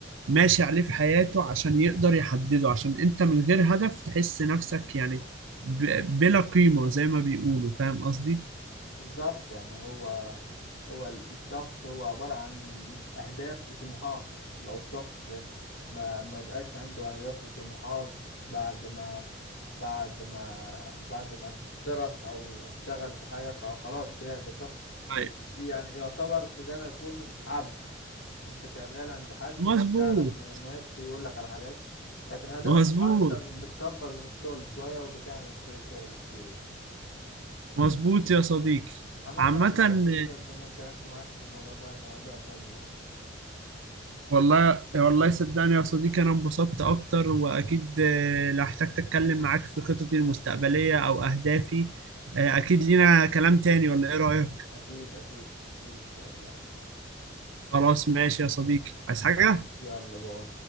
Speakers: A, on the right (about 75°); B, on the left (about 75°).
A: ماشي عليه في حياته عشان يقدر يحدده عشان انت من غير هدف تحس نفسك يعني ب- بلا قيمة زي ما بيقولوا فاهم قصدي؟
B: بالظبط يعني هو هو الشخص هو عبارة عن أهداف وطموحات لو الشخص ما ما بقاش عنده أهداف وطموحات بعد ما بعد ما بعد ما درس أو اشتغل في حاجة فخلاص كده يبقى شخص
A: أيوة.
B: يعني يعتبر زي ما يكون عبد أنت شغال عند حد
A: مظبوط
B: بتعرف مهمات بيقول لك على حاجات لكن أهداف
A: مظبوط
B: وطموحات أنت بتكبر من الشغل شوية وبتعمل شغل كتير يعني
A: مظبوط يا صديقي
B: عامة
A: عامة
B: أنا اتبسطت جدا إن أنا اتكلمت معاك في الموضوع ده موضوع مهم يعني
A: والله والله صدقني يا صديقي أنا انبسطت أكتر وأكيد آه، لو احتجت أتكلم معاك في خططي المستقبلية أو أهدافي آه، أكيد لينا كلام تاني ولا إيه رأيك؟
B: أكيد أكيد أكيد إن شاء الله
A: خلاص ماشي يا صديقي عايز حاجة؟
B: يلا باي